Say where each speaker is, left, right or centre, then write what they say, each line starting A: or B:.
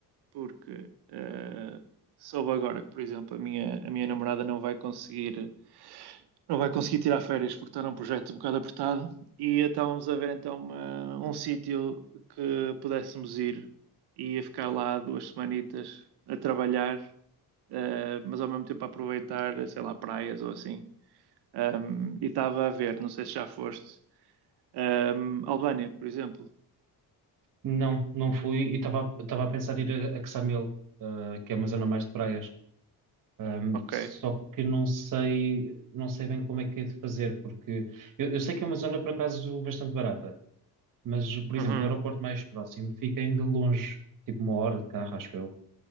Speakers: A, on the right; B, on the right.
A: porque eh, soube agora que, por exemplo, a minha, a minha namorada não vai conseguir não vai conseguir tirar férias porque está num projeto um bocado apertado e estávamos a ver então uma- um sítio que pudéssemos ir e ia ficar lá duas semanitas a trabalhar, eh, mas ao mesmo tempo a aproveitar, sei lá, praias ou assim. Um, e estava a ver, não sei se já foste, um, Albânia, por exemplo.
B: Não, não fui e estava estava a pensar em ir a, a Quessamil, eh, que é uma zona mais de praias. Ahm,
A: Ok.
B: só que não sei, não sei bem como é que é de fazer, porque eu, eu sei que é uma zona, por acaso, bastante barata. Mas, por exemplo,
A: Uhum.
B: o aeroporto mais próximo fica ainda longe, tipo uma hora de carro, acho eu.